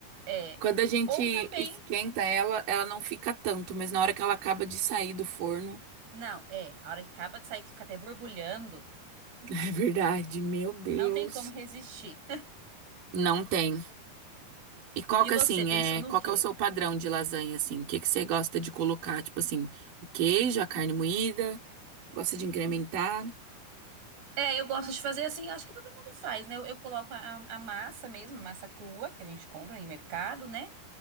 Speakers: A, on the right (about 85°); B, on the right (about 55°).
A: É.
B: Quando a gente
A: Ou também.
B: esquenta ela, ela não fica tanto, mas na hora que ela acaba de sair do forno,
A: Não, é. A hora que acaba de sair, que fica até borbulhando.
B: <laughs> é verdade, meu Deus.
A: Não tem como resistir. <laughs>
B: Não tem. E qual
A: E
B: que
A: você
B: assim,
A: pensou
B: é,
A: no
B: qual
A: quê?
B: que é o seu padrão de lasanha assim? O que que você gosta de colocar, tipo assim, o queijo, a carne moída, gosta de incrementar?
A: É, eu gosto de fazer assim, acho que todo mundo faz, né? Eu, eu coloco a, a massa mesmo, a massa crua que a gente compra em mercado, né?